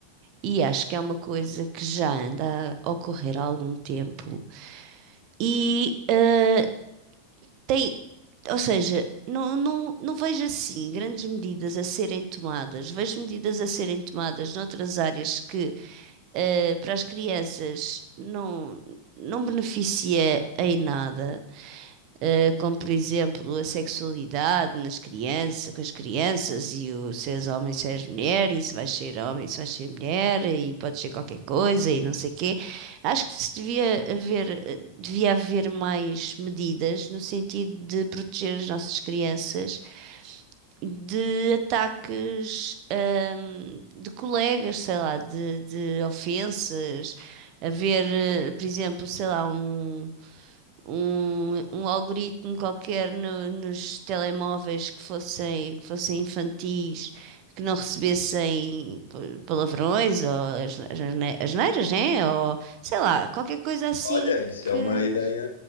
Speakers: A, on the right; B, on the left.
A: E acho que é uma coisa que já anda a ocorrer há algum tempo. E ah, tem, ou seja, não, não, não vejo assim grandes medidas a serem tomadas. Vejo medidas a serem tomadas noutras áreas que ah, para as crianças não, não beneficia em nada. eh, como por exemplo a sexualidade nas crianças, com as crianças, e o se és homem, se és mulher, e se vais ser homem, se vais ser mulher, e pode ser qualquer coisa, e não sei quê. Acho que se devia haver, eh, devia haver mais medidas no sentido de proteger as nossas crianças de ataques, ahm, de colegas, sei lá, de, de ofensas. Haver, eh, por exemplo, sei lá, um um, um algoritmo qualquer no- nos telemóveis que fossem, que fossem infantis, que não recebessem pa- palavrões ou as, as, asne- asneiras, né? Ou sei lá, qualquer coisa assim
B: Olha, isso
A: que
B: é uma ideia,